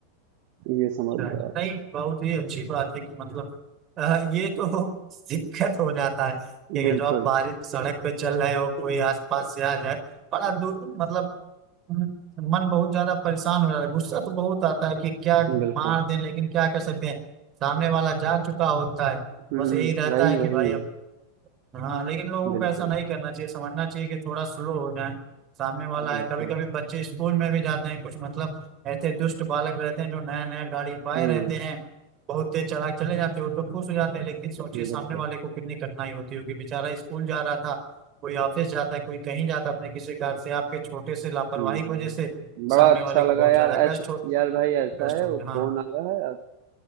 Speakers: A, on the right (about 45°); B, on the right (about 30°).
A: ये
B: अच्छा
A: समझ लो
B: अच्छा।
A: आप
B: नहीं बहुत ही अच्छी बात है कि मतलब अ, ये तो <laughs> दिक्कत हो जाता है कि अगर
A: बिल्कुल
B: जो आप बारिश सड़क पे चल रहे हो कोई आसपास से आ जाए बड़ा दूर मतलब हम्म, मन बहुत ज्यादा परेशान हो जा रहा है गुस्सा तो बहुत आता है कि क्या मार
A: बिल्कुल
B: दें लेकिन क्या कर सकते हैं सामने वाला जा चुका होता है
A: हम्म
B: बस यही रहता
A: वही
B: है
A: वही
B: कि भाई अब हाँ लेकिन लोगों
A: बिल्कुल
B: को ऐसा नहीं करना चाहिए समझना चाहिए कि थोड़ा स्लो हो जाए सामने वाला
A: बिल्कुल
B: है कभी कभी बच्चे स्कूल में भी जाते हैं कुछ मतलब ऐसे दुष्ट बालक रहते हैं जो नया नया गाड़ी पाए
A: हम्म
B: रहते हैं बहुत तेज चला चले जाते हैं वो तो खुश हो जाते हैं लेकिन सोचिए
A: बिल्कुल
B: सामने वाले को कितनी कठिनाई होती होगी बेचारा स्कूल जा रहा था कोई ऑफिस जाता है कोई कहीं जाता है अपने किसी कार से आपके छोटे से लापरवाही
A: हम्म
B: की वजह से
A: बड़ा
B: सामने
A: अच्छा
B: वाले को
A: लगा
B: बहुत
A: यार
B: ज्यादा
A: ऐसा
B: कष्ट हो
A: यार भाई ऐसा
B: कष्ट
A: है
B: होते
A: वो
B: हाँ
A: फोन आ रहा है अब